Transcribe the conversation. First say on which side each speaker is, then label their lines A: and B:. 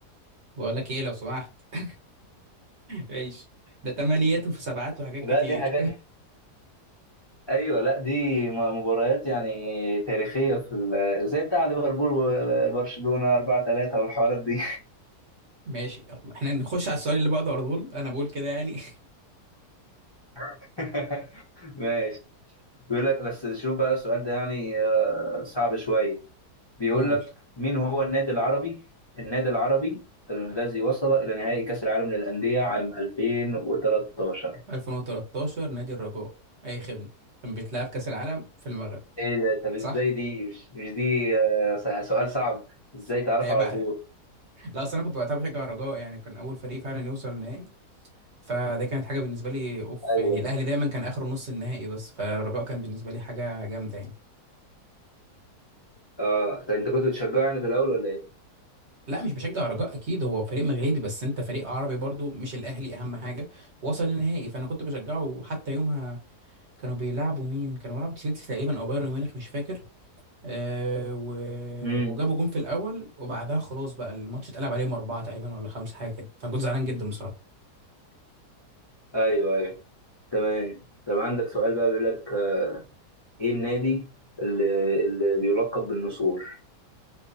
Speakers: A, on the right; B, on the left.
A: بقول لك إيه لو سمحت <laughs> ماشي ده تمانيات وفي سبعات وحاجات
B: لا
A: كتير
B: دي حاجات
A: <laughs>
B: ايوه لا دي م- مباريات يعني تاريخيه في ال... زي بتاع ليفربول وبرشلونه 4 3 والحوارات دي
A: ماشي احنا نخش على السؤال اللي بعده على طول أنا بقول كده يعني
B: <laughs> ماشي بيقول لك بس شوف بقى السؤال ده يعني آه، صعب شويه
A: <laughs>
B: بيقول
A: قول
B: لك مين هو النادي العربي النادي العربي الذي وصل الى نهائي كاس العالم للانديه عام 2013
A: 2013 نادي الرجاء أي خدمة كان بيتلعب كأس العالم في المغرب
B: ايه ده طب ازاي
A: صح؟
B: دي مش مش دي آه، س- سؤال صعب ازاي تعرفه
A: عيب
B: على
A: عليك
B: طول
A: لا اصل انا كنت وقتها بشجع الرجاء يعني كان اول فريق فعلا يوصل النهائي فده كانت حاجه بالنسبه لي اوف
B: أيوة.
A: يعني الاهلي دايما كان اخره نص النهائي بس فالرجاء كان بالنسبه لي حاجه جامده يعني
B: اه طب انت كنت بتشجعني في الاول ولا ايه؟
A: لا مش بشجع الرجاء اكيد هو فريق مغربي بس انت فريق عربي برضو مش الاهلي اهم حاجه وصل النهائي فانا كنت بشجعه حتى يومها كانوا بيلعبوا مين كانوا بيلعبوا تشيلسي تقريبا او بايرن ميونخ مش فاكر آه و...
B: امم
A: وجابوا جون في الاول وبعدها خلاص بقى الماتش اتقلب عليهم اربعه تقريبا ولا خمسه حاجه كده فانا كنت زعلان جدا بصراحه
B: ايوه ايوه تمام طب عندك سؤال بقى بيقول لك آه، ايه النادي اللي, اللي بيلقب بالنسور